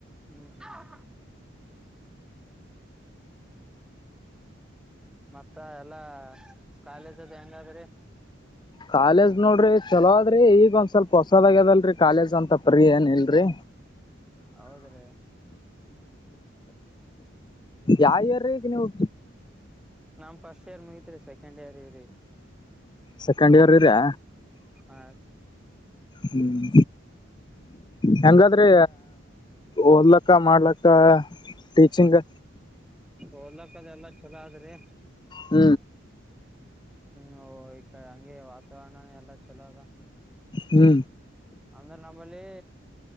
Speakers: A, in the centre; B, on the left.
A: ಹ್ಮ್ ಹ್ಮ್ ಮತ್ತ ಎಲ್ಲಾ ಕಾಲೇಜದ ಹೆಂಗಾದ್ರಿ
B: ಕಾಲೇಜ್ ನೋಡ್ರಿ ಚಲೋ ಅದ್ರಿ ಈಗ ಒಂದ್ ಸ್ವಲ್ಪ ಹೊಸದಾಗ್ಯದಲ್ರರಿ ಕಾಲೇಜ್ ಅಂತ ಪರಿಿ ಏನ್ ಇಲ್ರಿ
A: ಹೌದ್ರಿ ಹ್ಮ್
B: ಯಾವ
A: ಹ್ಮ್
B: ಯರಿಗ ನೀವು
A: ನಮ್ ಸ್ಟ್ ಇಯ ಮುಗತ್ರಿ ಸೆಕಂಡ್ ಇಯರ್ ಇವ್ರಿ
B: ಸೆಕೆಂಡ್ ಇಯರ್ ಇದರಯ
A: ಹ
B: ಹ್ಮ್ ಹೆಂಗಾದ್ರೆ ಓದ್ಲಕ್ಕ ಮಾಡ್ಲಕ್ಕ ಟೀಚಿಂಗ್
A: ಓದಲಕ್ಕಲ್ಲ ಎಲ್ಲ ಚೋಲ ಆದ್ರಿ
B: ಹ
A: ಹೂ ಈ ಹಂಗೆ ವಾತಾವರಣ ಎಲ್ಲಾ ಚಲೋ ಅದ
B: ಹೂ
A: ಅಂದ್ರೆ ನಮ್ಮಲ್ಲಿ